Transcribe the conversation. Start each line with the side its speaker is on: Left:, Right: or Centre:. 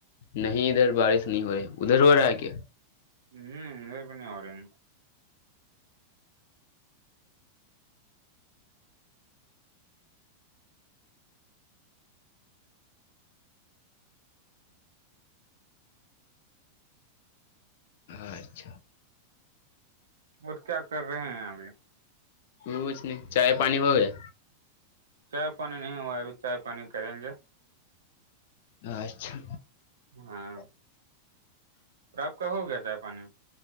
Left: نہیں ادھر بارش نہیں ہو رہی ادھر ہو رہا ہے کیا
Right: ہوں اپ نہیں ہو رہین
Left: اچھا
Right: اور کیا کر رہے ہیں ابھی
Left: کوچ نہیں چائے پانی ہو گیا
Right: چائے پانی نہیں ہوا ابھی چائے پانی کریں گے
Left: اچھا
Right: ہاں
Left: \
Right: اور آپ کا ہو گیا چائےے پانی